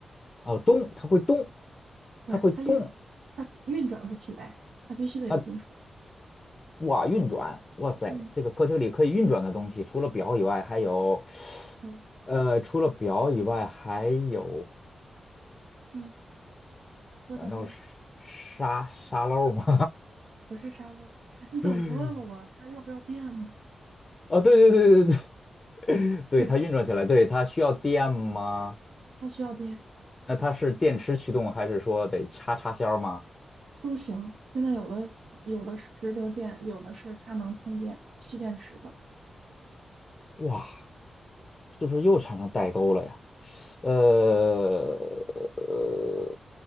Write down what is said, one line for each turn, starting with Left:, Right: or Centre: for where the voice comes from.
Left: 哦，动，它会动，
Right: 不是它运
Left: 它会动
Right: 它它运转不起来，它必须得有金属。
Left: 啊！哇，运转，哇塞，
Right: 嗯
Left: 这个客厅里可以运转的东西，除了表以外，还有
Right: 嗯
Left: 呃，除了表以外，还有，
Right: 嗯，说到这
Left: 难道是沙沙漏吗？
Right: 不是沙漏，你怎么不问我它要不要电呢？
Left: <laughs> 哦，对对对对对，<laughs> 对它运转起来，
Right: 对吧？
Left: 对它需要电吗？
Right: 它需要电，
Left: 那它是电池驱动，还是说得插插销吗？
Right: 不行，现在有的有的是直流电，有的是它能充电蓄电池的，
Left: 哇，是不是又产生代沟了呀？呃呃，